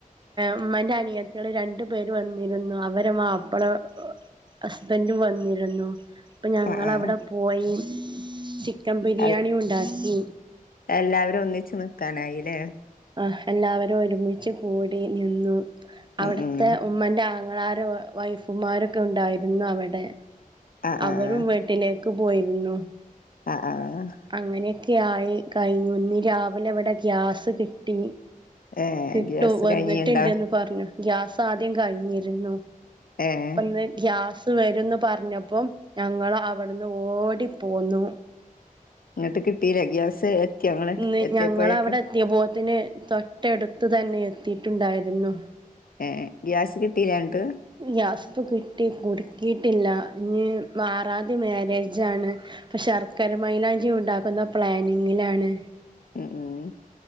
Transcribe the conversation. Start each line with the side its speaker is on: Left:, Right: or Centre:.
Right: ഉമ്മന്റെ അനിയത്തികള് രണ്ടു പേര് വന്നിരുന്നു അവ രെ മാപ്പിള ഹസ്ബന്റും വന്നിരുന്നു അപ്പൊ ഞങ്ങളവിടെ
Left: ആഹ് ആഹ്
Right: കോഴി ചിക്കൻ ബിരിയാണിയുണ്ടാക്കി
Left: എൽ എല്ലാവരും ഒന്നിച്ച് നിക്കാനായില്ലേ
Right: ആഹ് എല്ലാവരും ഒരുമിച്ച് കൂടി നിന്നു
Left: ഉം
Right: അവിടത്തെ
Left: ഉം
Right: ഉമ്മന്റെ ആങ്ങളാരും വൈഫുമാരൊക്കെ ഉണ്ടായിരുന്നു അവിടെ
Left: ആഹ്
Right: അവരും
Left: ആഹ്
Right: വീട്ടിലേക്ക് പോയിരുന്നു
Left: അഹ് അഹ് ആഹ്
Right: അങ്ങനെയൊക്കെയായി കഴിഞ്ഞു ഇന്ന് രാവിലെ ഇവിടെ ഗ്യാസ് കിട്ടി
Left: ഏഹ്
Right: കിട്ടു
Left: ഗ്യാസ്
Right: വന്നിട്ട്ണ്ടെന്ന്
Left: കഴിഞ്ഞിണ്ടോ
Right: പറഞ്ഞു ഗ്യാസ് ആദ്യം കഴിഞ്ഞിരുന്നു
Left: ഏഹ്
Right: ഇപ്പൊ ഇന്ന് ഗ്യാസ് ഇന്ന് വരൂന്ന് പറഞ്ഞപ്പോ ഞങ്ങൾ അവിടുന്ന് ഓടിപ്പോന്നു
Left: ഇന്നിട്ട് കിട്ടീല്ലേ ഗ്യാസ് എത്തി ഇങ്ങള്
Right: ഇന്ന്
Left: എത്തിയപ്പോഴേക്കും
Right: ഞങ്ങളവിടെ എത്തിയപ്പോത്തിന് തൊട്ടടുത്ത് തന്നെ എത്തിയിട്ടുണ്ടായിരുന്നു
Left: ഏഹ് എഹ് ഗ്യാസ് കിട്ടിലേ അൻക്ക്
Right: ഗ്യാസ്പ്പ കിട്ടി കുടുക്കിയിട്ടില്ല ഇനി ആറാന്തി മാരേജാണ് അപ്പൊ ശർക്കര മൈലാഞ്ചി ഉണ്ടാക്കുന്ന പ്ലാനിംങിലാണ്
Left: ഉം ഉം